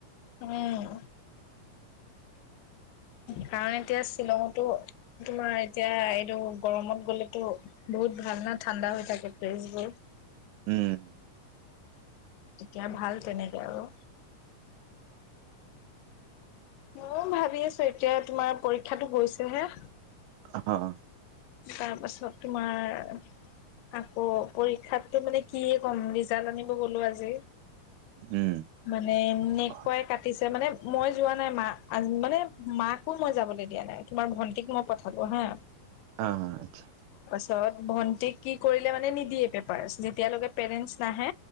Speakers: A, on the left; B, on the right.
A: উম। কাৰণ এতিয়া শ্বিলঙতো তোমাৰ এতিয়া এইটো গৰমত গ'লে ত' বহুত ভাল ন ঠাণ্ডা হৈ থাকে। ফেচবুক
B: উম।
A: তেতিয়া ভাল তেনে আৰু ম'ও ভাবি আছো এতিয়া তোমাৰ পৰীক্ষাতটো গৈছেহে।
B: অ'।
A: তাৰপাছত তোমাৰ আকৌ পৰীক্ষাতো মানে কি ক'ম, ৰিজাল্ট আনিব গলো আজি।
B: উম
A: মানে এনেকুৱাই
B: অ
A: কাটিছে মানে মই যোৱা নাই মা, মানে মাকো মই যাবলৈ দিয়া নাই, তোমাৰ ভন্টিক মই পঠালো হা
B: অ' আচ্ছা।
A: তিছত <unintelligible> ভন্টিক কি কৰিলে মানে নিদিয়ে পেপাৰছ, যেতিয়ালৈকে পেৰেন্টছ নাহে